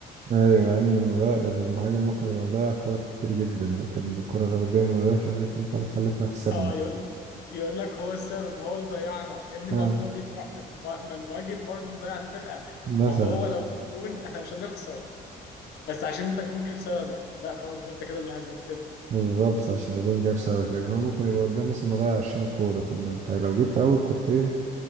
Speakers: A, on the right; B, on the left.
A: أيوة مع إن المدا- المهاجم ممكن يبقى مضيع كور كتير جدا لكن الكورة لو قدام المدافع لكن أنت اللي خلتنا خسرنا
B: اه يقول يقول لك هو السبب هو اللي ضيعنا يا ابني
A: أه
B: ما في 100 واحد ما ما المهاجم برضه مضيع الفرقه
A: مثلا
B: ما هو لو جاب جون احنا مش هنخسر بس عشان انت الجون جه بسببك لا خلاص بقى انت كده اللي هزمتنا
A: بالظبط عشان الجون جاب سببك لكن هو ممكن يبقى قدام مثلا مضيع 20 كورة طب ما أنت لو جبت أول كورتين